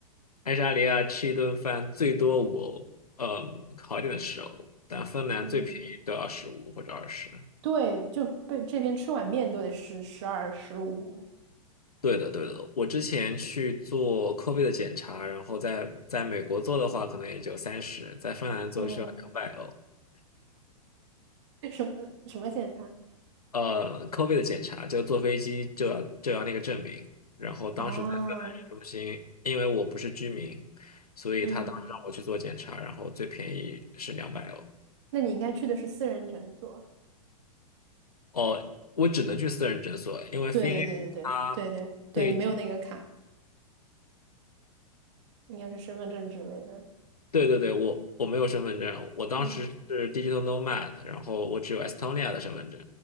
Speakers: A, on the left; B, on the right.
A: 爱沙尼亚吃一顿饭最多五欧，嗯，好一点的十欧，但芬兰最便宜都要十五或者二十。
B: 嗯，对，就被这边吃碗面都得十十二十五。
A: 对的，对的。我之前去做 COVID 的检查，然后在在美国做的话，可能也就三十，在芬兰做需要两百欧。
B: 嗯，<laughs> 什么什么检查
A: 呃，COVID 的检查就坐飞机就要就要那个证明，然后当时在芬兰市中心，
B: 啊？
A: 因为我不是居民，所以他当时让我去做检查，
B: 嗯，
A: 然后最便宜是两百欧。
B: 那你应该去的是私人诊所。
A: 哦，我只能去私人诊所，因为
B: 对对对对对对对对，
A: FinA 它对
B: 你没有那个卡，应该是身份证之类的。
A: 对对对，我我没有身份证，我当时是
B: 嗯
A: digital nomad，然后我只有 Estonia 的身份证。